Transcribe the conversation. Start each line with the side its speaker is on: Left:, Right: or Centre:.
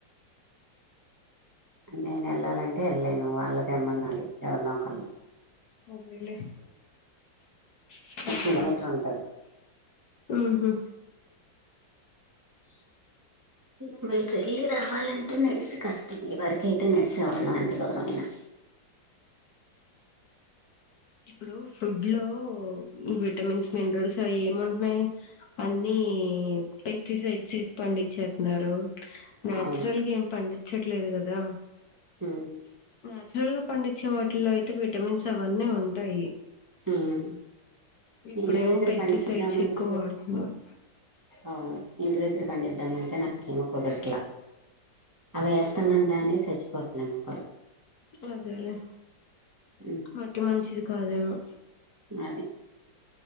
Right: నేను ఎళ్ళాలంటే ఎల్లేను వాళ్ళ తెమ్మన్నాలి ఎవరినో ఒకల్ని
Left: అదేలే చ్
Right: ఒక
Left: అదేలే
Right: కిలోమీటర్ ఉంటుంది
Left: ఉహూ
Right: చ్చు చిన్నమ్మాయి చెల్లి రావాలని అతే నడిచి కష్టం ఎవరకైతే నడిసే వాళ్ళం ఎంత దూరమైనా
Left: ఇప్పుడు ఫుడ్ లో విటమిన్స్ మినరల్స్ అయి ఏముంటున్నాయి అన్నీ పెస్టిసైడ్స్స్సీ పండించేతన్నారు న్యాచురల్
Right: అవును
Left: గ ఏమ్ పండి వచ్చట్లేదు కదా
Right: హ్మ్
Left: నాచురల్ గా పండించే వాటిల్లో అయితే విటమిన్స్ అవన్నీ ఉం టయి
Right: హ్మ్
Left: ఇప్పుడేమో
Right: ఇంటి దగ్గర
Left: పెస్టిసైడ్స్
Right: పని చేద్దామని
Left: ఎక్కువ
Right: చూస్తే
Left: వాడుతున్నారు
Right: అవును ఇంటి దగ్గర పండిద్దామంటే నాకేమో కుదరట్లా అవి వేస్తన్నాను కాని చచ్చిపోతున్నాయి మొక్కలు
Left: అదే లేే
Right: ఉమ్
Left: మట్టి మంచిది కాదేమో
Right: అది